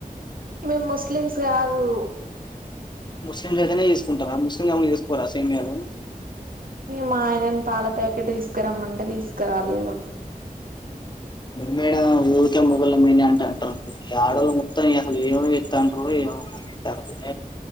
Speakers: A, on the right (about 75°); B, on the left (about 30°).
A: మేం ముస్లిమ్స్ గాదు.
B: ముస్లింలైతేనే ఏసుకుంటవా, ముస్లిం కాపోతే చేసుకోరా సేమ్యాలు.
A: మా ఆయనను పాల ప్యాకెట్ తీస్కారమ్మంటే తీస్కరాలేదు.
B: మేడ ఊడ్కాల్ మొగళ్ళమినంట అంటరు యాడోల్లు మొత్తాన్కసాలు ఏమిసల్ తండ్రు ఇవ <unintelligible> తారు